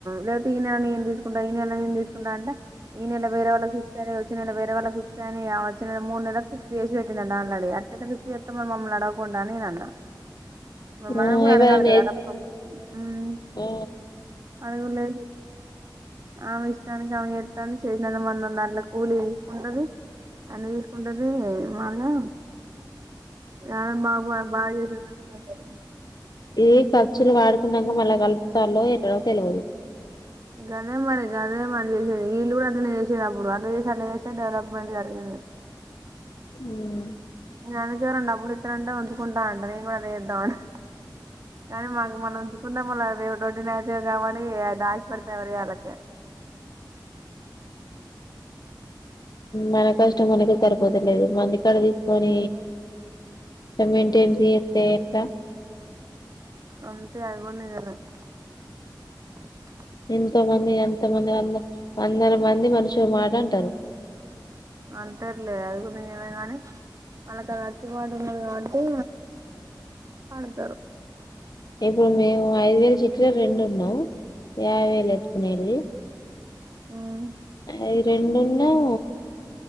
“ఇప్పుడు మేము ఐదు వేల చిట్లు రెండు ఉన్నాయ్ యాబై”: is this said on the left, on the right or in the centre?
Left